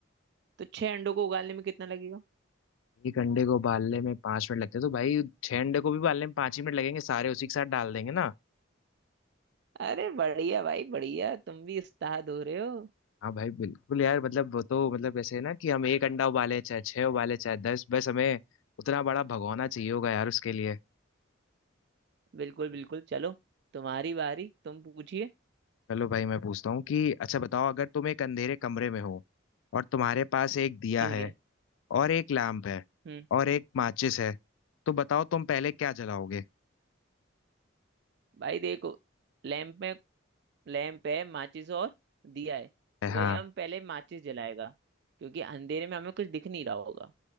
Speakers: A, on the right; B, on the left.
A: तो छह अंडों को उगालने में कितना लगेगा
B: एक अंडे को उबालने में पांच मिनट लगते हैं तो भाई छह अंडे को भी उबालने में पांच ही मिनट लगेंगे सारे उसी के साथ डाल देंगे ना
A: अरे बढ़िया भाई बढ़िया तुम भी उस्ताद हो रहे हो
B: हाँ भाई बिल्कुल यार मतलब वो तो मतलब ऐसे है ना कि हम एक अंडा उबाले चाहे छह उबाले चाहे दस बस हमें उतना बड़ा भगोना चाहिए होगा यार उसके लिए
A: बिल्कुल बिल्कुल चलो तुम्हारी बारी तुम पूछिए
B: चलो भाई मैं पूछता हूँ कि अच्छा बताओ अगर तुम एक अंधेरे कमरे में हो और तुम्हारे पास एक दिया
A: ठीक
B: है
A: है
B: और एक लैम्प है
A: हम्म
B: और एक माचिस है तो बताओ तुम पहले क्या जलाओगे
A: भाई देखो लैंप में लैंप है माचिस और दिया है तो
B: हाँ
A: भाई हम पहले माचिस जलाएगा क्योंकि अंधेरे में हमें कुछ दिख नहीं रहा होगा